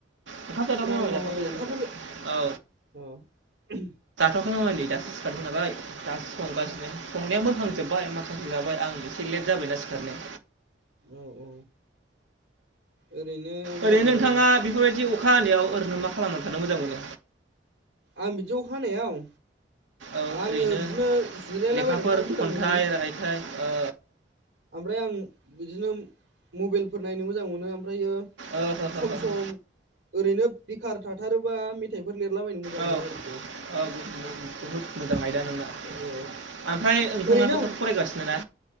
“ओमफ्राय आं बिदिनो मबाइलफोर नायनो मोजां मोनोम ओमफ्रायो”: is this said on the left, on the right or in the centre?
Right